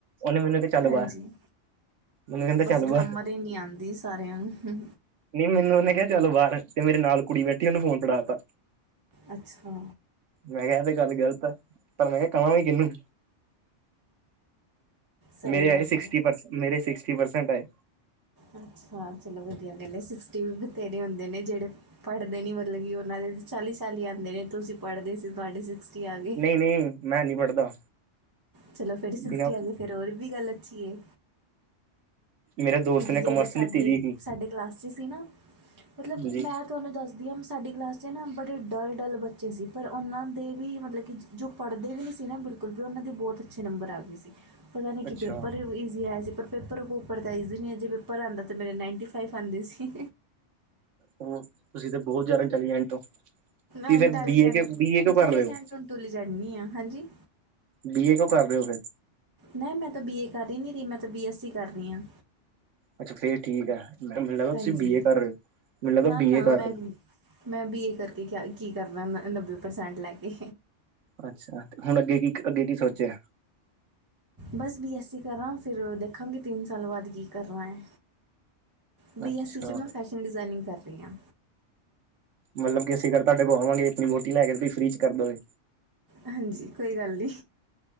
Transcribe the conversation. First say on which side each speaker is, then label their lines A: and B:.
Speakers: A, on the right (about 90°); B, on the right (about 20°).
A: ਉਹਨੇ ਮੈਨੂੰ ਕਿਹਾ ਚੱਲ
B: ਹਾਂਜੀ
A: ਬਾਹਰ। ਮੈਨੂੰ ਕਹਿੰਦਾ ਚੱਲ
B: ਬਸ
A: ਬਾਹਰ
B: ਗਾਰਮਰ ਨੀ ਆਉਂਦੀ ਸਾਰਿਆਂ ਨੂੰ ਹ।
A: ਨਹੀਂ ਮੈਨੂੰ ਉਹਨੇ ਕਿਹਾ ਚਲ ਬਾਹਰ ਤੇ ਮੇਰੇ ਨਾਲ ਕੁੜੀ ਬੈਠੀ ਉਹਨੂੰ ਫੋਨ ਫੜਾਤਾ।
B: ਅੱਛਾ।
A: ਮੈਂ ਕਿਹਾ ਤੇ ਗੱਲ ਗ਼ਲਤ ਆ ਪਰ ਮੈਂ ਕਿਹਾ ਕਵਾਂ ਵੀ ਕਿਹਨੂੰ।
B: ਸਹੀ
A: ਮੇਰੇ ਆਏ
B: ਗੱਲ
A: ਸਿਕਸਟੀ
B: ਹੈ
A: ਪਰਸ ਮੇਰੇ ਸਿਕਸਟੀ ਪਰਸੈਂਟ ਆਏ।
B: ਅੱਛਾ ਚਲੋ ਵਧੀਆ ਗਲ ਹੈ ਸਿਕਸਟੀ ਵੀ ਬਥੇਰੇ ਹੁੰਦੇ ਨੇ ਜਿਹੜੇ। ਪੜ੍ਹਦੇ ਨੀ ਮਤਲਬ ਕਿ ਉਹਨਾਂ ਦੇ ਚਾਲੀ ਚਾਲੀ ਆਉਂਦੇ ਨੇ ਤੁਸੀਂ ਪੜ੍ਹਦੇ ਸੀ। ਆ ਗਏ
A: ਨਹੀਂ ਨਹੀਂ ਮੈਂ ਨਹੀਂ ਪੜ੍ਹਦਾ।
B: ਚਲੋ ਫਿਰ ਸਿਕਸਟੀ
A: ਬਿਨਾਂ
B: ਆ ਗ ਫਿਰ ਹੋਰ ਵੀ ਗੱਲ ਅੱਛੀ ਹੈ।
A: ਮੇਰੇ ਦੋਸਤ
B: ਕਿਉਂਕਿ
A: ਨੇ
B: ਜਿਹੜੇ
A: ਕਮਰਸ
B: ਸਾਡੇ
A: ਲਿੱਤੀ ਦੀ ਸੀ
B: ਸਾਡੇ ਕਲਾਸ 'ਚ ਸੀ ਨਾ ਮਤਲਬ
A: ਜੀ
B: ਮੈਥ ਤੁਹਾਨੂੰ ਦੱਸਦੀ ਹਾਂ ਮੈਂ ਸਾਡੀ ਕਲਾਸ 'ਚ ਨਾ ਬੜੇ ਡਲ, ਡਲ ਬੱਚੇ ਸੀ। ਪਰ ਉਹਨਾਂ ਦੇ ਵੀ ਮਤਲਬ ਕਿ ਜੋ ਪੜ੍ਹਦੇ ਵੀ ਨਹੀਂ ਸੀ ਨਾ ਬਿਲਕੁਲ ਵੀ ਉਹਨਾਂ ਦੇ ਬਹੁਤ ਅੱਛੇ ਨੰਬਰ ਆ ਗਏ ਸੀ। ਪਤਾ ਨਹੀਂ
A: ਅੱਛਾ
B: ਕਿ ਪੇਪਰ ਇਜ਼ੀ ਹੈ। ਐਸੀੇ ਪਰ ਪੇਪਰ ਉੱਪਰ ਦਾ ਜ ਨਹੀਂ ਜੇ ਪੇਪਰ ਆਉਂਦਾ ਤਾਂ ਮੇਰੇ ਨਾਈਨਟੀ ਫਾਈਵ ਆਉਂਦੇ ਸੀ।
A: ਉਹ ਤੁਸੀਂ ਤਾਂ ਬਹੁਤ ਜ਼ਿਆਦਾ ਇੰਟੈਲੀਜੈਂਟ ਹੋ। ਤੁਸੀਂ
B: intelligent
A: ਫਿਰ B A B A ਕਿਉਂ
B: ਇੰਟੈਲੀਜੈਂਟ
A: ਕਰ ਰਹੇ ਹੋ
B: ਹੁਲੀ ਜਾਂਦੀ ਆ ਹਾਂਜੀ
A: ਬੀ ਏ ਕਿਉਂ ਕਰ ਰਹੇ ਹੋ ਫਿਰ।
B: ਨ ਮੈਂ ਤਾਂ ਬੀ ਏ ਕਰ ਰਹੀ ਨੀ ਰਹੀ ਮੈਂ ਤਾਂ ਬੀ ਐੱਸ ਕਰ ਰਹੀ ਹਾਂ।
A: ਅੱਛਾ ਫੇਰ ਠੀਕ ਹੈ ਮ ਮੈਨੂੰ ਲੱਗਾ
B: ਹਾਂਜੀ
A: ਤੁਸੀਂ ਬੀ ਏ ਕਰ ਰਹੇ ਹੋ ਮੈਨੂੰ ਲੱਗਾ
B: ਨਾ
A: ਬੀ
B: ਨਾ
A: ਏ ਕਰ
B: ਮੈਂ
A: ਰਹੇ ਹੋ।
B: ਮੈਂ ਬੀ ਏ ਕਰਕੇ ਕਿਆ ਕੀ ਕਰਨਾ ਨੱਬੇ ਪ੍ਰਸੈਂਟ ਲੈ ਕੇ।
A: ਅੱਛਾ ਤੇ ਹੁਣ ਅੱਗੇ ਕੀ ਅੱਗੇ ਕੀ ਸੋਚਿਆ।
B: ਬਸ ਬੀ ਐੱਸ ਈ ਕਰਾਂ ਫਿਰ ਦੇਖਾਂਗੇ ਤਿੰਨ ਸਾਲ ਬਾਅਦ ਕੀ ਕਰਨਾ ਹੈ। ਬੀ
A: ਅੱਛਾ
B: ਐੱਸ ਸੀ 'ਚ ਮੈਂ ਫੈਸ਼ਨ ਡਿਜ਼ਾਇਨਿੰਗ ਕਰ ਰਹੀ ਹਾਂ।
A: ਮਤਲਬ ਕਿ ਅਸੀਂ ਕਰ ਤੁਹਾਡੇ ਕੋਲ ਆਵਾਂਗੇ ਆਪਣੀ ਵੋਟੀ ਲੈ ਕੇ ਤੁਸੀ ਫਰੀ ਚ ਕਰ ਦੋਗੇ।
B: ਹਾਂਜੀ ਕੋਈ ਗੱਲ ਨੀ।